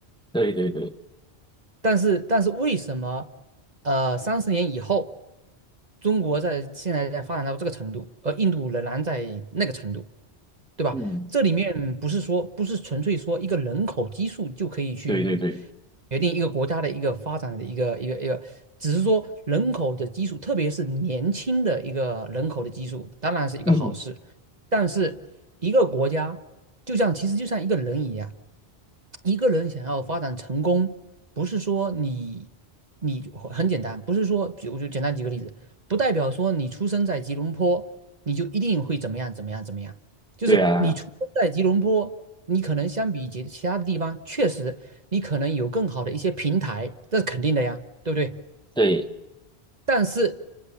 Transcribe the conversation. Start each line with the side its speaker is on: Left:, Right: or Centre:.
Centre: 对对对，
Right: 但是但是为什么呃三十年以后，中国在现在在发展到这个程度，而印度仍然在那个程度？对吧？
Centre: 嗯，
Right: 这里面不是说不是纯粹说一个人口基数就可以去
Centre: 对对对，
Right: 决定一个国家的一个发展的一个一个一个，只是说人口的基数，特别是年轻的一个人口的基数，当然是一个好事。
Centre: 嗯哼，
Right: 但是一个国家就像其实就像一个人一样，一个人想要发展成功，不是说你你很简单，不是说，比如就简单举个例子，不代表说你出生在吉隆坡，你就一定会怎么样怎么样怎么样。就是你出生在吉隆坡，
Centre: 对啊，
Right: 你可能相比其其他的地方，确实你可能有更好的一些平台，这是肯定的呀，对不对？
Centre: 对，
Right: 但是